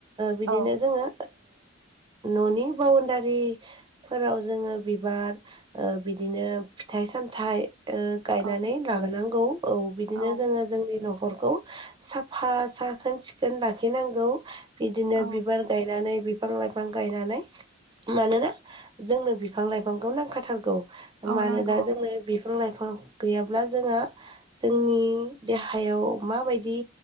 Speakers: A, on the right; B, on the right.
A: बिदिनो
B: औ
A: जोङो न'नि बाउणडारिफोराव जोङो बिबार बिदिनो फिथाइ सामथाइ गायनानै
B: औ
A: लाबोनांगौ औ बिदिनो
B: औ
A: जोङो जोंनि न'खरखौ साफा साखोन सिखोन लाखिनांगौ बिदिनो
B: औ
A: बिबार गायनानै बिफां लाइफां गायनानै मानोना जोंनो बिफां लाइफांखौ नांखाथारगौ
B: औ
A: मानोना
B: नांगौ
A: जोंनो बिफां लाइफां गैयाब्ला जोंहा जोंनि देहायाव माबायदि